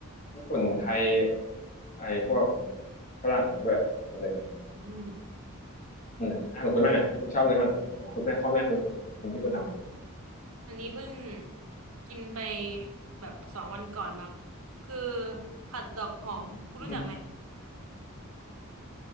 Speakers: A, on the left; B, on the right.
A: ญี่ปุ่นไทยไอ้พวกฝรั่งด้วยหมดเลย
B: อืม
A: อืมอ่ะของคุณบ้างอ่ะคุณชอบอะไรบ้างของคุณแม่พ่อแม่คุณที่คุณท
B: อันนี้เพิ่งกินไปแบบสองวันก่อนมั้งคือผัดดอกหอมคุณรู้จักไหม
A: ำอืม